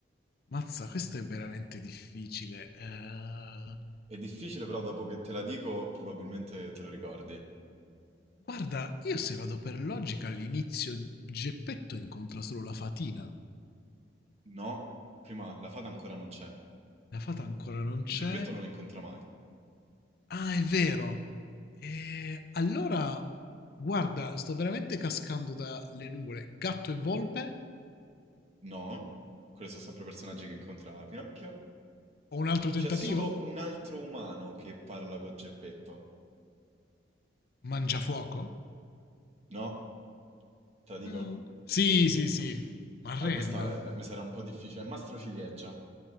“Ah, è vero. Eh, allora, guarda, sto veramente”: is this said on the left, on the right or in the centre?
Left